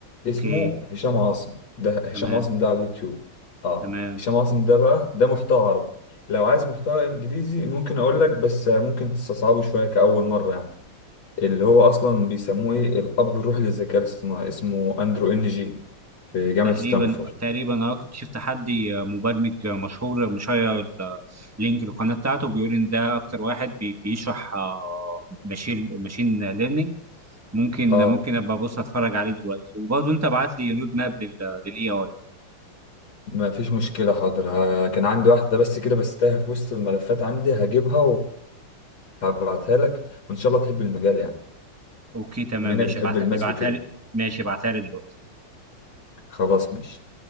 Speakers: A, on the right; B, on the left.
A: اوكي
B: اسمه هشام عاصم ده هشام
A: تمام
B: عاصم ده على اليوتيوب اه
A: تمام
B: هشام عاصم ده بقى ده محتوى عربي لو عايز محتوى انجليزي ممكن اقول لك بس ممكن تستصعبه شويه كأول مره يعني اللي هو اصلا بيسموه ايه الاب الروحي للذكاء الاصطناعي اسمه اندرو ان جي في جامعه
A: تقريبا
B: ستانفورد
A: تقريبا انا كنت شفت حد مبرمج مشهور مشير ال- لينك القناه بتاعته بيقول ان ده اكتر واحد بي- بيشرح آه، ماشين ماشين ليرنينج ممكن
B: اه
A: ممكن ابقى ابص اتفرج عليه دلوقتي وبرضه انت ابعت لي رود ماب للاي اي
B: ما فيش مشكله حاضر ها- كان عندي واحده بس كده بس تايهه في وسط الملفات عندي هجيبها هبعتها لك وان شاء الله تحب المجال يعني
A: اوكي تمام
B: بما انك
A: ماشي
B: بتحب
A: ابعت-
B: الماس
A: ابعتها
B: وكده
A: لي ماشي ابعتها لي دلوقتي
B: خلاص ماشي